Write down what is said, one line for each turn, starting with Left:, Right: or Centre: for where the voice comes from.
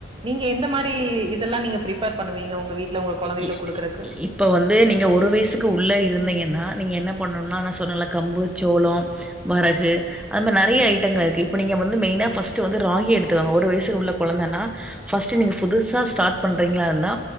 Right: நீங்க எந்த மாரி இதல்லா நீங்க பிரிப்பேர் பண்ணுவீங்க உங்க வீட்ல உங்க குழந்தைகளுக்கு
Centre: இ
Right: குடுக்கறக்கு?
Centre: இப்ப வந்து நீங்க ஒரு வயசுக்கு உள்ள இருந்தீங்கன்னா நீங் என்ன பண்ணணுன்னா நா சொன்னல கம்பு, சோளோம், வரகு அந்த நறைய ஐட்டங்க இருக்கு இப்ப வந்து நீங்க மெயினா ஃபர்ஸ்ட்டு வந்து ராகி எடுத்துங்க ஒரு வயிசுக்கு உள்ள கொழந்தன்னா ஃபர்ஸ்ட் நீங்க புதுசா ஸ்டாட் பன்றீங்களா இருந்தா